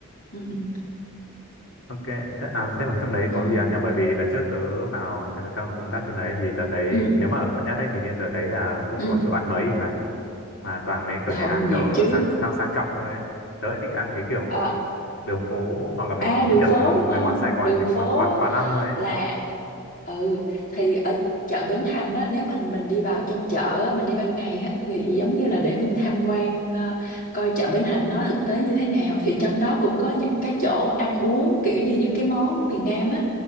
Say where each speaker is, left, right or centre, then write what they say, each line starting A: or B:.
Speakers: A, on the left (about 40°); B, on the left (about 60°).
A: ừ ừ
B: Ok, thế, à, thế mà trong đấy có
A: ừ
B: gì ăn nhỉ? Bởi vì đợt trước tớ vào trong, trong công tác trong đấy thì tớ thấy
A: ừ
B: nếu mà ở quận nhất ấy hình như tớ thấy là không
A: ừ
B: có chỗ ăn mấy thì phải. mà toàn mấy kiểu
A: Đã
B: nhà
A: không
B: hàng
A: nhiều
B: kiểu
A: chứ
B: sang sang sang trọng thôi ấy. Tớ lại thích ăn cái kiểu
A: à,
B: đường phố hoặc là mấy
A: à
B: món
A: đường
B: kiểu
A: phố đúng
B: mấy
A: không
B: món Sài Gòn
A: đường
B: mấy cái
A: phố
B: món quán quán ăn thôi ấy
A: là ừ thì ở chợ Bến Thành á nếu mình mình đi vào trong chợ á, mình đi ban ngày á, thì giống như là để mình tham quan ờ, coi chợ Bến Thành nó thực tế như thế nào thì trong đó cũng có những cái chỗ ăn uống kiểu như những cái món miền Nam á